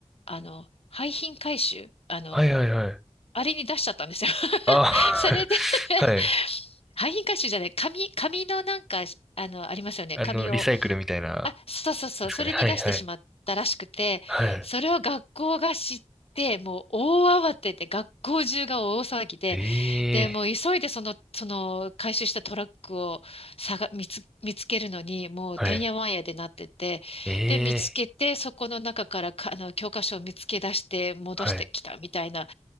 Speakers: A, on the left; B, in the centre.
A: あの、廃品回収、あの、
B: はいはいはい。
A: あれに出しちゃったんですよ。<laughs>
B: あ
A: それで
B: あ、<laughs>
A: <laughs>
B: はい。
A: 廃品回収じゃない、紙、紙のなんか、あの、ありますよね。
B: あの、
A: 紙を
B: リサイクルみたいな、
A: あ、そうそうそう、
B: ですかね。
A: それに出してしまったらしくて、
B: はいはい。はい。
A: それを学校が知って、もう大慌てで、学校中が大騒ぎで、
B: ええ
A: で、もう急いでその、その回収したトラックを探見つ、見つけるのに、もうてんやわんやでなってて、
B: はい。ええ
A: で、見つけて、そこの中からか、あの、教科書を見つけ出して戻してきたみたいな
B: はい。